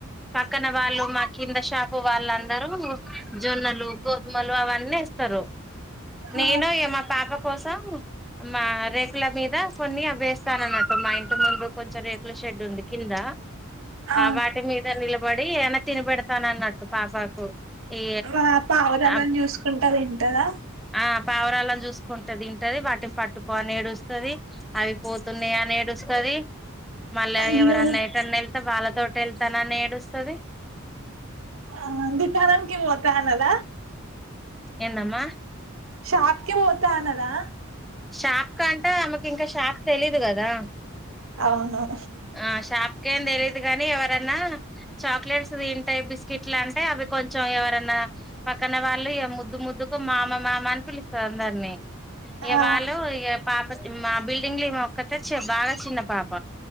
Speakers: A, in the centre; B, on the right.
A: పక్కన వాళ్ళు, మా కింద షాపు వాళ్ళందరూ జొన్నలు, గోధుమలు అవన్నీ ఏస్తారు.
B: ఆ
A: నేనుఇగ మా పాపక్ మా రేకుల మీద కొన్ని అవేస్తానన్నట్టు, మా ఇంటి ముందు కొంచెం రేక్ ల షెడ్ ఉంది కింద,
B: ఆ
A: వాటి మీద నిలబడ్ పడి ఏవన్న తినిబెడతానన్నట్టు పాపకు. ఈ
B: గ పావురాలని
A: ఆ
B: చూసుకుంట దింటదా?
A: ఆ పావురాలని చూసుకుంటదింటది, వాటిని పట్టుకో అని ఏడుస్తది, అవి పోతున్నాయి అని ఏడుస్తది. మళ్ళా
B: అయ్యో
A: ఎవరన్నా, ఎటన్నా ఎళ్తే వాళ్ళత్ తోటెళ్తననీ ఏడుస్తది.
B: ఆ దుకాణంకి పోతా అనద?
A: ఎందమ్మ?
B: షాప్ కి పోతా అనదా?
A: షాప్ కంటే ఆమెకి ఇంక, షాప్ తెలీదు కదా?
B: అవును.
A: ఆ షాప్కేమ్ తెలీదు గనీ, ఎవరన్నా చాక్లెట్స్ తింటె, బిస్కిట్లు అంటే అవి కొంచెం ఎవరన్నా పక్కన వాళ్ళు ఇగ ముద్దు ముద్దుకు మామ మామ అని పిలుస్తది అందరిని. ఇగ
B: ఆ
A: వాళ్ళు ఇగ పాపకి మా బిల్ డింగ్ల ఈమె ఒక్కతే చ, బాగా చిన్న పాప.